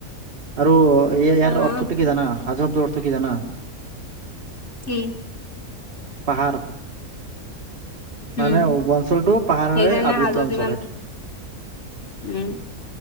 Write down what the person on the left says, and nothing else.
অ'
কি।
উম,
সেইকাৰণে
হাজোত
ইমান
উম।